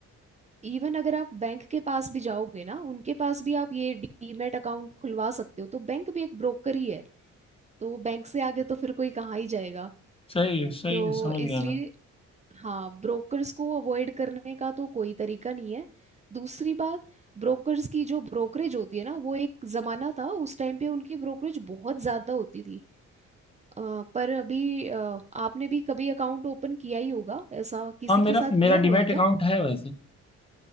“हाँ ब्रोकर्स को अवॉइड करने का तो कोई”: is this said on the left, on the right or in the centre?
Right